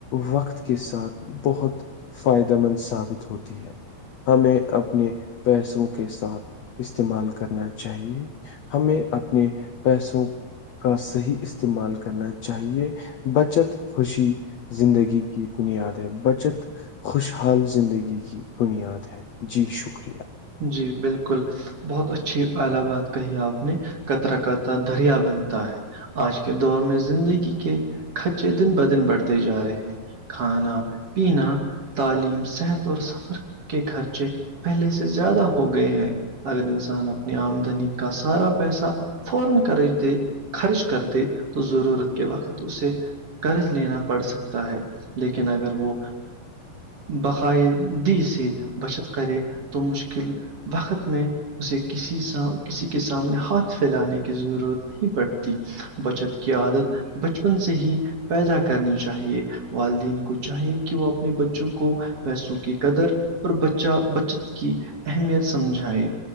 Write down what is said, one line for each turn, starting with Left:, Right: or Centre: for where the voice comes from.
Left: وقت کے ساتھ بہت فائدہ مند ثابت ہوتی ہے ہمیں اپنے پیسوں کے ساتھ استعمال کرنا چاہیے ہمیں اپنے پیسوں کا صحیح استعمال کرنا چاہیے بچت خوشی زندگی کی بنیاد ہے بچت خوشحال زندگی کی بنیاد ہے جی شکریہ
Right: جی بالکل بہت اچھی الیباد کہی آپ نے کترا کرتا دریا بنتا ہے آج کے دور میں زندگی کے خرچے دن بدن بڑھتے جا رہے ہیں کھانا پینا تعلیم صحت اور سفر کے خرچے پہلے سے زیادہ ہو گئے ہیں عرب انسان اپنی امدنی کا سارا پیسہ فورا کر رہے تھے خرچ کر دے تو ضرورت کے وقت اسے قرض لینا پڑ سکتا ہے لیکن اگر وہ باقاعدی سے بچت کرے تو مشکل وقت میں اسے کسی کسی کے سامنے ہاتھ پھیلانے کی ضرورت پڑتی بچت کی عادت بچپن سے ہی پیدا کرنی چاہیے والدین کو چاہیے کہ وہ اپنے بچوں کو پیسوں کی قدر اور بچہ بچ کی اہمیت سمجھائے